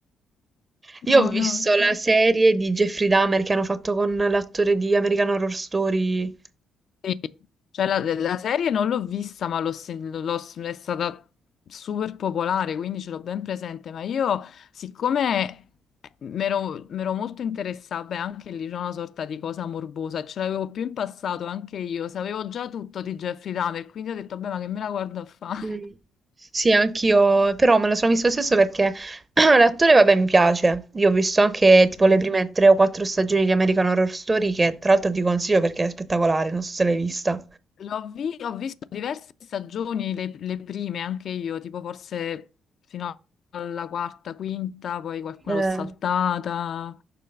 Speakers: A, on the right; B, on the left.
A: Io
B: No,
A: ho visto
B: no, infatti.
A: la serie di Jeffrey Dahmer che hanno fatto con l'attore di American Horror Story.
B: Sì, cioè la, la serie non l'ho vista, ma l'ho sen- l'ho- è stata super popolare, quindi ce l'ho ben presente. Ma io, siccome mi ero molto interessata, beh, anche lì c'è una sorta di cosa morbosa, ce l'avevo più in passato anche io, sapevo già tutto di Jeffrey Dahmer, quindi ho detto, beh, ma che me la guardo a fare?
A: Mm.
B: <laughs>
A: Sì, anch'io, però me lo sono visto lo stesso perché <clears throat> l'attore, vabbè, mi piace. Io ho visto anche tipo
B: Sì.
A: le prime tre o quattro stagioni di American Horror Story, che tra l'altro ti consiglio perché è spettacolare, non so se l'hai vista.
B: L'ho vi- ho visto diverse stagioni, le, le prime anche io, tipo forse fino alla quarta, quinta, poi qualcuna
A: Eh,
B: l'ho saltata.